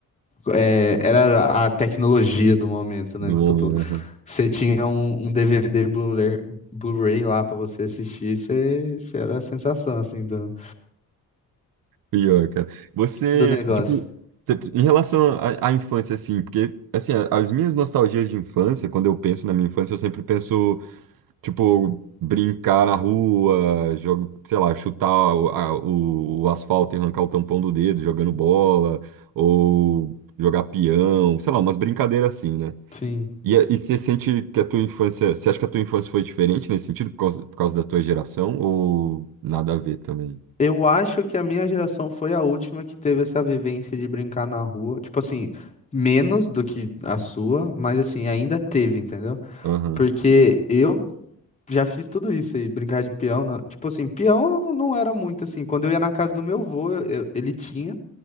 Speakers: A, on the left (about 20°); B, on the right (about 80°).
A: é, era a tecnologia do momento,
B: do
A: né? Tipo,
B: homem,
A: tu-
B: né?
A: você tinha um, um DVD Blu-ray Blu-ray lá pra você assistir, você, você era a sensação, assim, do,
B: Pior, cara. Você,
A: do negócio.
B: tipo, você- em relação à, à infância, assim, porque, assim, a- as minhas nostalgias de infância, quando eu penso na minha infância, eu sempre penso, tipo, brincar na rua, jogo, sei lá, chutar o, a- o- o asfalto e arrancar o tampão do dedo, jogando bola, ou jogar peão, sei lá, umas brincadeiras assim, né?
A: Sim.
B: E, a- e você sente que a tua infância, você acha que a tua infância foi diferente nesse sentido, por causa, por causa da tua geração, ou nada a ver também?
A: Eu acho que a minha geração foi a última que teve essa vivência de brincar na rua. Tipo assim, menos do que a sua, mas assim, ainda teve, entendeu?
B: Aham,
A: Porque eu já fiz tudo isso aí, brincar de peão. na- Tipo assim, peão não era muito assim. Quando eu ia na casa do meu avô, eu- eu- ele tinha.